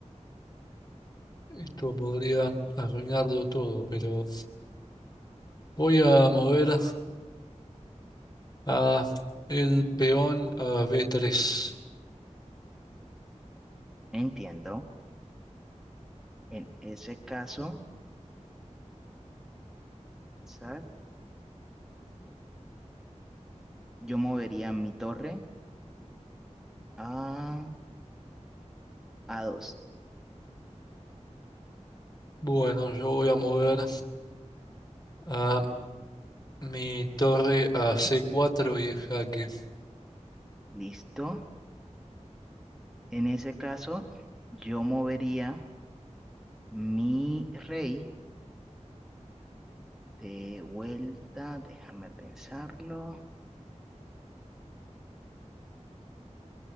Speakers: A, on the left; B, in the centre.
A: Esto podría arruinarlo todo, pero voy a mover a el peón a B3.
B: Entiendo. En ese caso, zar, yo movería mi torre a A2.
A: Bueno, yo voy a mover a mi torre a C4 y jaque.
B: Listo. En ese caso, yo movería mi rey de vuelta. Déjame pensarlo.